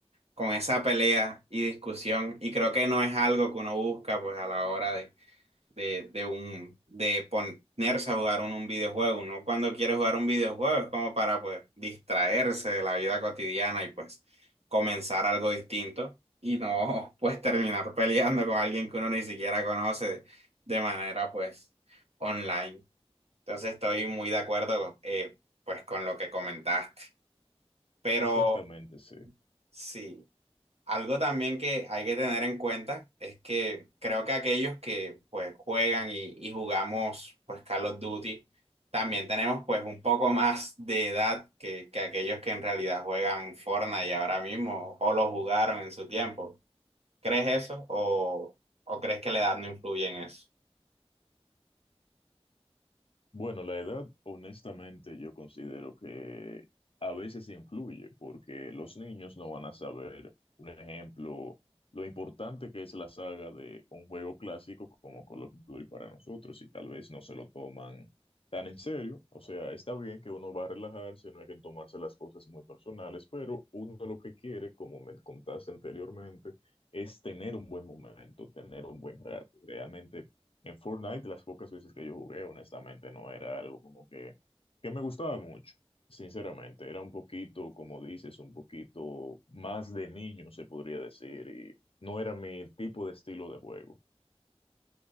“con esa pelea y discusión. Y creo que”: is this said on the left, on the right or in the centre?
Right